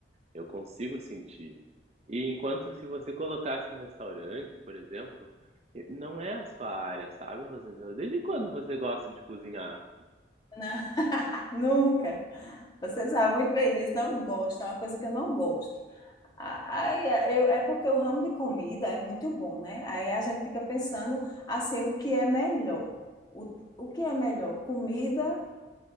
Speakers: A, on the right (about 35°); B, on the left (about 20°).
A: Eu consigo sentir. E enquanto se você colocasse um restaurante, por exemplo, eh, não é a sua área, sabe, Rosângela? Desde quando você gosta de cozinhar?
B: Não, <laughs> nunca. Você sabe muito bem disso, não gosto, é uma coisa que eu não gosto. Aí, é, eu, é porque o ramo de comida é muito bom, né? Aí a gente fica pensando assim, o que é melhor? O, o que é melhor? Comida,